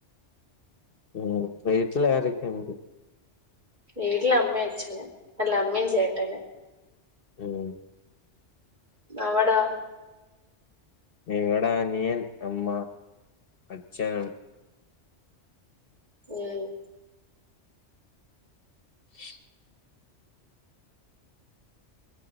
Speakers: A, on the left; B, on the right.
A: ഉ വീട്ടിൽ ആരൊക്കെയണ്ട്
B: വീട്ടില് അമ്മയും അച്ഛനും അല്ല അമ്മയും ചേട്ടനും
A: ഉം
B: അവിടാ
A: ഇവിടെ അനിയൻ അമ്മ അച്ഛൻ
B: ഉം
A: <inaudible>